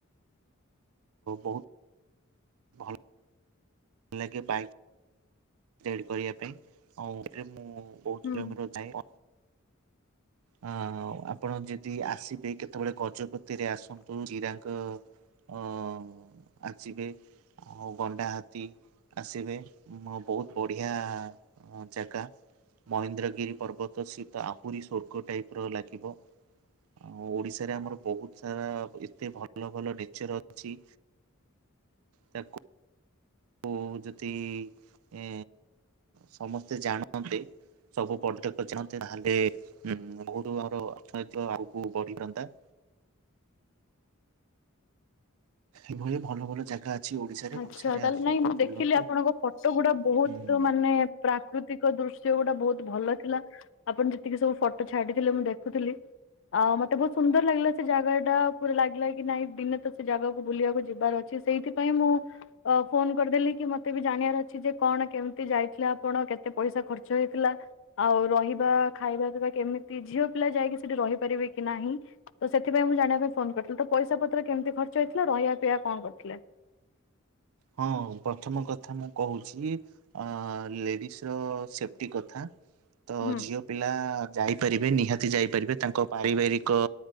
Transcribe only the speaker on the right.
ବହୁତ ଭଲ ଭଲ ଲାଗେ ବାଇକ୍ ଯେଡ କରିବା ପାଇଁ ଆଉଥିରେ ମୁଁ ବହୁତ
କିଲୋମିଟର ଯାଏ। ହଁ ଆପଣ ଯଦି ଆସିବେ କେତେବେଳେ ଗଜପତିରେ ଆସନ୍ତୁ ଜିରାଙ୍ଗ ଅ ଆଚିବେ ଆଉ ଗଣ୍ଡା ହାତୀ। ଆସିବେ ମୋ ବହୁତ ବଢିଆ ଜାଗା। ମହେନ୍ଦ୍ରଗିରି ପର୍ବତ ସିଏତ ଆହୁରି ସ୍ୱର୍ଗ ଟାଇପର ଲାଗିବ। ଆଉ ଓଡିଶାରେ ଆମର ବହୁତ ସାରା ଏତେ ଭଲ ଭଲ ନେଚର ଅଛି। ତାକୁ ଉଁ ଯଦି ଏ ସମସ୍ତେ ଜାଣନ୍ତେ। ସବୁ ପର୍ଯ୍ୟଟକ ତାହେଲେ ଉଁ ବହୁତ ଆମର ଅର୍ଥନୈତିକ ଆଗକୁ ବଢିଥାନ୍ତା। ଏଇଭଲି ଭଲ ଭଲ ଜାଗା ଅଛି ଓଡିଶାରେ
ଓଡିଶାରେ
ଆସନ୍ତୁ
ବୁଲନ୍ତୁ
ହୁଁ।
ହଁ ପ୍ରଥମ କଥା ମୁଁ କହୁଛି। ଅ ଲେଡିସ୍ ର ସେଫ୍ଟି କଥା। ତ
ଝିଅ ପିଲା ଯାଇପାରିବେ ନିହାତି ଯାଇପାରିବେ ତାଙ୍କ ପାରିବାରିକ-